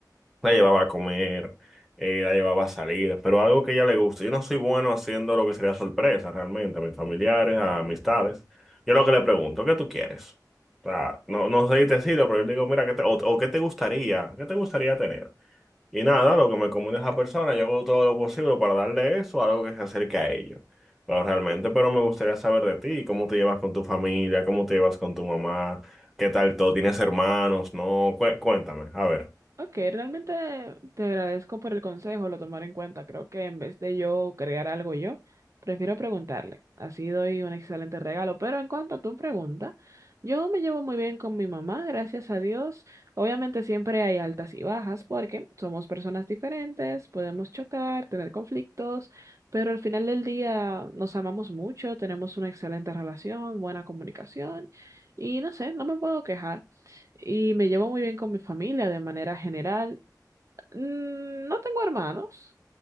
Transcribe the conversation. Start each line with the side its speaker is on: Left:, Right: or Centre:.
Centre: la llevaba a comer, eh, la llevaba a salir, pero algo que a ella le guste. Yo no soy bueno haciendo lo que sería sorpresa realmente a mis familiares, a amistades. Yo lo que le pregunto, ¿qué tú quieres? O sea, no, no sé decirlo, pero yo le digo, mira, ¿qué te- o, o qué te gustaría? ¿Qué te gustaría tener? Y nada, lo que me comunica esa persona, yo hago todo lo posible para darle eso, algo que se acerque a ello. Pero realmente, pero me gustaría saber de ti, cómo te llevas con tu familia, cómo te llevas con tu mamá, qué tal todo, tienes hermanos, no, Cué- cuéntame, a ver.
Right: Ok, realmente te agradezco por el consejo, lo tomaré en cuenta. Creo que en vez de yo crear algo yo, prefiero preguntarle. Así doy un excelente regalo. Pero en cuanto a tu pregunta, yo me llevo muy bien con mi mamá, gracias a Dios. Obviamente siempre hay altas y bajas porque somos personas diferentes, podemos chocar, tener conflictos, pero al final del día nos amamos mucho, tenemos una excelente relación, buena comunicación y no sé, no me puedo quejar y me llevo muy bien con mi familia de manera general. Mm, No tengo hermanos,